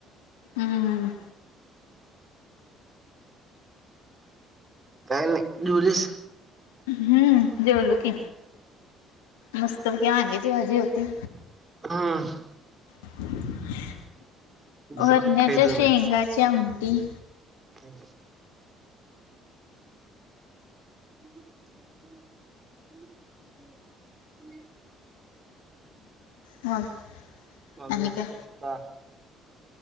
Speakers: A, on the left (about 80°); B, on the right (about 20°).
A: हम्मम
B: काय नाही जेवलिस?
A: हम्म जेवलू की मस्त कि वांग्याची भाजी होती.
B: हम्म
A: <unintelligible>
B: दुसरं
A: वरण्याच्या
B: काय खायचं
A: शेंगाची आमटी.
B: काय रे. <unintelligible>
A: होय
B: माझा
A: आणि
B: उपवास
A: काय?
B: होता